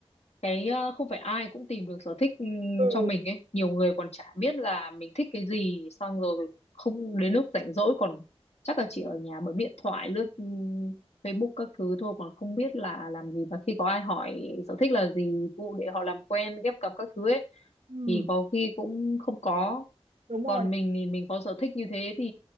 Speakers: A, on the left; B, on the right.
A: cái ờ, không phải ai cũng tìm được sở thích ừ,
B: ừ
A: cho mình ấy. Nhiều người còn chả biết là mình thích cái gì, xong rồi không đến lúc rảnh rỗi còn chắc là chỉ ở nhà bấm điện thoại, lướt ừ, Facebook các thứ thôi, còn không biết là làm gì. Và khi có ai hỏi sở thích là gì, vụ để họ làm quen, ghép cặp các thứ ấy,
B: Ừ,
A: thì có khi cũng không có.
B: đúng rồi.
A: Còn mình thì mình có sở thích như thế thì